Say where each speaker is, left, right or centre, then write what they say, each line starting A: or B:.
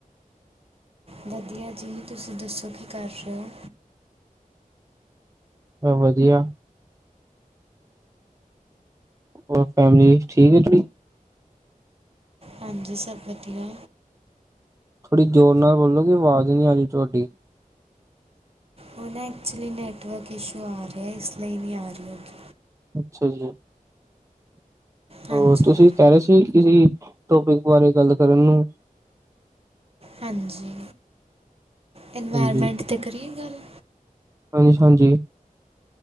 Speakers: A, on the right; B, on the right.
A: ਵਧੀਆ ਜੀ, ਤੁਸੀਂ ਦੱਸੋ ਕੀ ਕਰ ਰਹੇ ਹੋ?
B: ਵਧੀਆ ਹੋਰ ਫੈਮਿਲੀ ਠੀਕ ਤੁਹਾਡੀ?
A: ਹਾਂਜੀ, ਸਭ ਵਧੀਆ।
B: ਥੋੜ੍ਹੀ ਜ਼ੋਰ ਨਾਲ ਬੋਲੋਗੇ ਆਵਾਜ਼ ਨਹੀਂ ਆ ਰਹੀ ਤੁਹਾਡੀ
A: ਉਹ ਨਾ ਐਕਚੁਅਲੀ ਨੈਟਵਰਕ ਇਸ਼ੂ ਆ ਰਿਹਾ, ਇਸ ਲਈ ਨਹੀਂ ਆ ਰਹੀ ਹੈਗੀ।
B: ਅੱਛਾ ਜੀ,
A: ਹਾਂਜੀ
B: ਹੋਰ ਤੁਸੀਂ ਕਹਿ ਰਹੇ ਸੀ, ਕਿਸੀ ਟੋਪਿਕ ਬਾਰੇ ਗੱਲ ਕਰਨ ਨੂੰ।
A: ਹਾਂਜੀ, ਇਨਵਾਇਰਮੈਂਟ
B: ਹਾਂਜੀ,
A: 'ਤੇ ਕਰੀਏ ਗੱਲ।
B: ਹਾਂਜੀ, ਹਾਂਜੀ